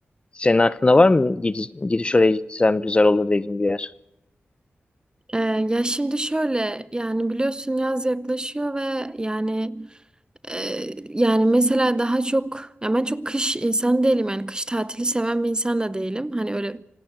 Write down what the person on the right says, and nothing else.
Ee, ya şimdi şöyle yani biliyorsun yaz yaklaşıyor ve yani Ee, yani mesela daha çok ya ben çok kış insan değilim yani kış tatili seven bir insan da değilim. Hani öyle